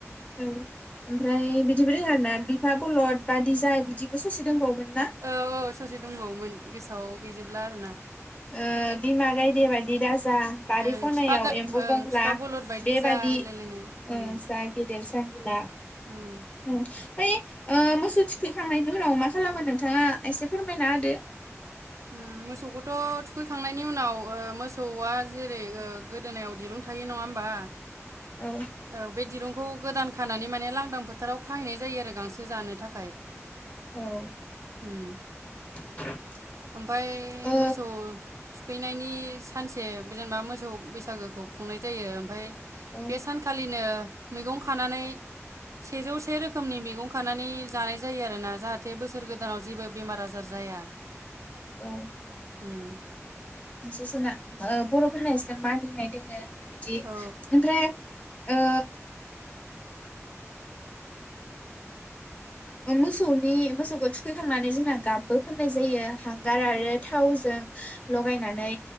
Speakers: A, on the left (about 25°); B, on the right (about 80°).
A: औ ओमफ्राय बिदिबो रोङोना आरोना बिफा बलद बादिजाय बिदिबो ससे दोंबावोमोन।
B: औ औ ससे दंबावोमोन गोसो ओव गैजोबला आरो ना।
A: ओ बिमा गायदे बायदि दा जा बारि
B: ओं
A: खनायाव
B: बिफा गा
A: एम्बु
B: ओं
A: बंला
B: बिफा बलद बायदि
A: बेबादि
B: जा होनलायलायनाय
A: ओ
B: उम
A: जा गेदेर जां गिला
B: उम
A: उम्म। ओइ ओ मोसौ थुखैखांनायनि उनाव मा खालामो नोंथाङा एसे फोरमायना होदो।
B: उम्म मोसौ बलद थ' थुखैखांनायनि उनाव ओ मोसौआ जेरै ओ गोदोनायाव दिरुं थायो नङा होमबा
A: औ।
B: औ बे दिरुंखौ गोदान खानानै माने लांदां फोथाराव खाहैनाय जायो आरो गांसो जानो थाखाय।
A: औ ओमफ्राय
B: उम्म।
A: <unintelligible>
B: ओमफाय
A: ओ
B: मोसौ थुखैनायनि सा सानसे जेनेबा मोसौ बैसागो खौ खुंनाय जायो ओमफाय
A: औ
B: बे सानखालिनो मैगं खानानै सेजौ से रोखोमनि मैगं खानानै जानाय जायो आरोना जाहाथे बोसोर गोदानाव जेबो बेमार आजार जाया।
A: औ।
B: उम
A: मोनसे जोंना बर'फोरना एसे मागिनाय दोङो। बिदि
B: औ
A: ओमफ्राय ओ मोसौनि मोसौखौ थुखैखांनानै जोंना गाबबो फोननाय जायो हांगार आरो थावजों लगायनानै।